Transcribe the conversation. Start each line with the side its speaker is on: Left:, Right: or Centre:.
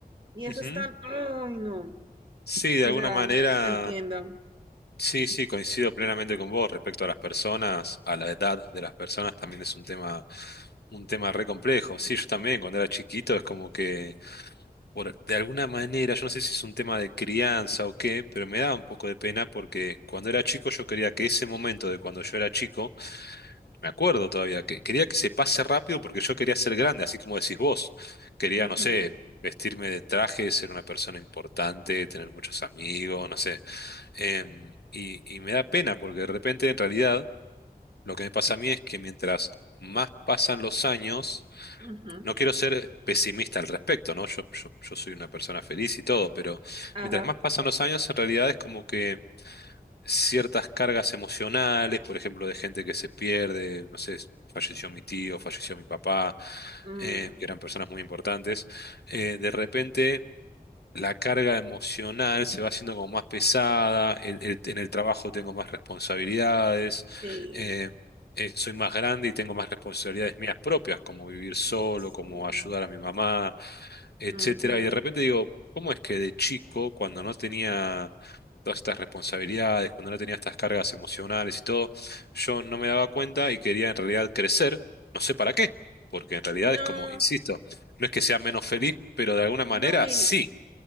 Right: y
Left: Ujú.
Right: eso es tan, ay no,
Left: Sí, de
Right: o
Left: alguna
Right: sea,
Left: manera,
Right: te entiendo.
Left: sí, sí, coincido plenamente con vos respecto a las personas, a la edad de las personas también es un tema, un tema re complejo. Sí, yo también cuando era chiquito es como que, por- de alguna manera, yo no sé si es un tema de crianza o qué, pero me da un poco de pena porque cuando era chico yo quería que ese momento de cuando yo era chico, me acuerdo todavía, que quería que se pase rápido porque yo quería ser grande, así como decís vos. Quería,
Right: Ujú,
Left: no sé, vestirme de traje, ser una persona importante, tener muchos amigos, no sé. Em, y, y me da pena porque de repente en realidad lo que me pasa a mí es que mientras más pasan los años,
Right: ujú,
Left: no quiero ser pesimista al respecto, ¿no? Yo, yo, yo soy una persona feliz y todo, pero
Right: ajá,
Left: mientras más pasan los años, en realidad es como que ciertas cargas emocionales, por ejemplo, de gente que se pierde, no sé, falleció mi tío, falleció mi papá,
Right: mm,
Left: eh, que eran personas muy importantes, eh, de repente la carga emocional se va haciendo como más pesada, el- el- en el trabajo tengo más responsabilidades,
Right: sí,
Left: eh, eh, soy más grande y tengo más responsabilidades mías propias, como vivir solo,
Right: sí,
Left: como ayudar a mi mamá, etcétera.
Right: ujú.
Left: Y de repente digo, ¿cómo es que de chico, cuando no tenía todas estas responsabilidades, cuando no tenía estas cargas emocionales y todo, yo no me daba cuenta y quería en realidad crecer, no sé para qué, porque en realidad
Right: No,
Left: es como, insisto, no es que sea menos feliz, pero de alguna manera
Right: no, y,
Left: sí.